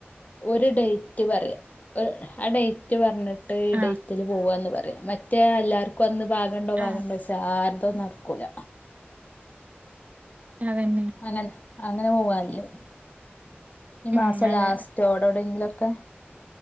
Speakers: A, on the left; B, on the right.
A: ഒര് ഡെയ്റ്റ് പറയ ഒര് ഹാ ഡെയ്റ്റ് പറഞ്ഞിട്ട് ഈ
B: ആ
A: ഡെയ്റ്റ്ല് പോവ്ന്ന് പറയ്. മറ്റേ എല്ലാര്ക്കു അന്ന് വാഗണ്ട വാങ്ങണ്ടാച്ച
B: ആ
A: ആര്തും അഹ്‌ നടക്കൂല
B: അതന്നെ
A: അങ്ങനെ അങ്ങനെ പോവ് ല്ലെ ഈ
B: ഉം
A: മാസം
B: അതെ
A: ലാസ്റ്റ് ഓടോടെങ്കിലൊക്കെ